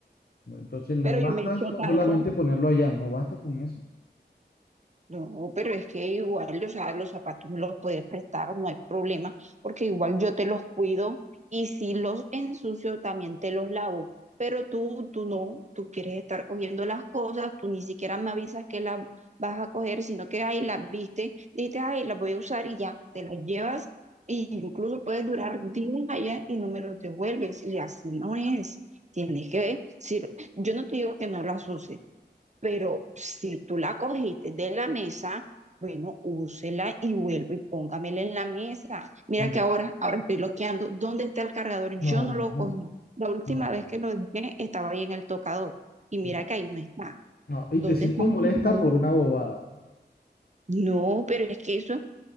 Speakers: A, on the left (about 60°); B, on the right (about 40°).
A: ¿no? Entonces no
B: Pero
A: basta
B: yo me echo
A: con
B: talco.
A: solamente ponerlo allá, no basta con eso.
B: No, pero es que igual, o sea, los zapatos me los puedes prestar, no hay problema, porque igual yo te los cuido y si los ensucio también te los lavo. Pero tú, tú no, tú quieres estar cogiendo las cosas, tú ni siquiera me avisas que las vas a coger, sino que ahí las viste, dices, ay, las voy a usar y ya, te las llevas e incluso puedes durar días allá y no me los devuelves y así no es. Tienes que, si, yo no te digo que no las uses, Pero si tú la cogiste de la mesa, bueno, úsela y vuelvo y póngamela en la mesa. Mira
A: Mm,
B: que ahora, ahora estoy bloqueando. ¿Dónde está el cargador? Yo
A: No,
B: no
A: no,
B: lo cogí. La última
A: no,
B: vez que lo dejé estaba ahí en el tocador. Y mira
A: no,
B: que ahí no está.
A: no. Y
B: ¿Dónde
A: te siento
B: está el
A: molesta
B: cargador?
A: por una bobada.
B: No, pero es que eso